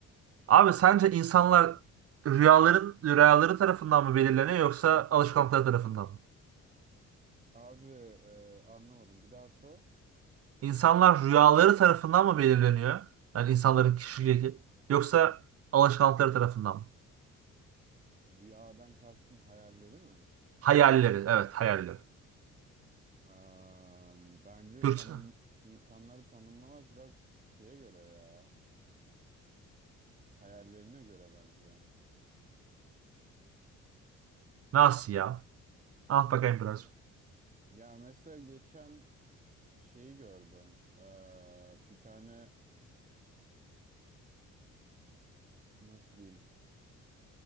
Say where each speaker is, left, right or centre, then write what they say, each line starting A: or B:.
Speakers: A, on the right; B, on the right.
A: Abi sence insanlar rüyaların rüyaları tarafından mı belirleniyor yoksa alışkanlıkları tarafından mı?
B: Abi e, anlamadım. Bir daha sor.
A: İnsanlar rüyaları tarafından mı belirleniyor? Yani insanların kişiliği yoksa alışkanlıkları tarafından mı?
B: Rüyadan kastın hayalleri mi?
A: Hayalleri, evet hayalleri.
B: Eee, bence
A: Türkçe.
B: tanım insanları tanımlamak biraz şeye göre ya. Hayallerine göre bence.
A: Nasıl ya? Ah bakayım biraz.
B: Ya mesela geçen şeyi gördüm. Ee, bir tane nasıl diyeyim?